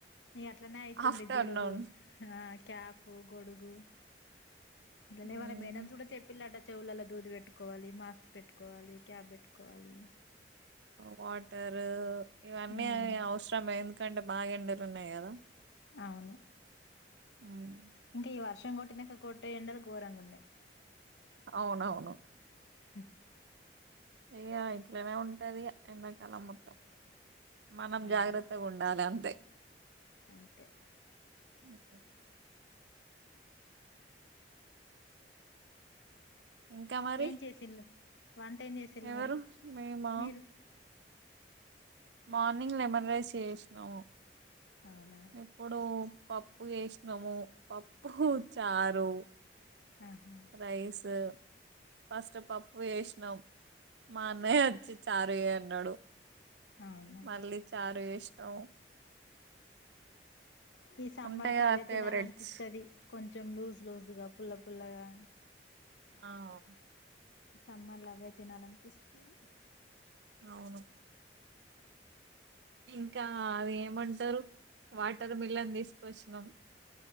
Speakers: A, on the left; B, on the right.
A: ఇ అట్లనే అయితుంది
B: ఆఫ్టర్నూన్
A: గొడుగు ఆ క్యాపు గొడుగు గన్నయ
B: ఉమ్.
A: వాళ్ళ మేడమ్స్ కూడా చెప్పిలట చెవులల దూది పెట్టుకోవాలి మాస్క్ పెట్టుకోవాలి క్యాప్ పెట్టుకోవాలి
B: వాటరు ఇవన్నీ
A: ఉమ్
B: అవసరమే ఎందుకంటే బాగా ఎండలు ఉన్నయి కదా
A: అవును
B: ఉమ్
A: ఇంకా ఈ వర్షం కొట్టినంక కొట్టే ఎండలు గోరంగున్నాయి
B: అవునవును
A: హ
B: ఇగ ఇట్లనే ఉంటది ఇగ ఎండాకాలం మొత్తం మనం
A: అవును
B: జాగ్రత్తగా ఉండాలి అంతే
A: అంతే
B: మీకు ఇంకా మరి
A: ఏం చేసిళ్ళు వంట ఏం చేసిళ్ళు
B: ఎవరు
A: మరి
B: మేమా
A: మీరు
B: మార్నింగ్ లెమన్ రైస్ చేసినాము
A: అవునా
B: ఇప్పుడు పప్పు చేసినాము పప్పు చారు
A: ఆహా
B: రైస్ ఫస్ట్ పప్పు చేసినం మా అన్నయ్య అచ్చి చారు చేయన్నాడు
A: అవునా
B: మళ్ళీ చారు చేసి నో
A: ఈ సమ్మర్కి
B: ఉంటాయి కదా
A: అదే
B: ఫేవరెట్స్
A: తినాలనిపిస్తది కొంచెం లూజ్ లూజ్ గా పుల్ల పుల్లగా
B: ఆవు
A: ఈ సమ్మర్ల అవే తినాలనిపిస్తది
B: అవును ఇంకా అది ఏమంటారు వాటర్ మిలన్ తీసుకొచ్చినాం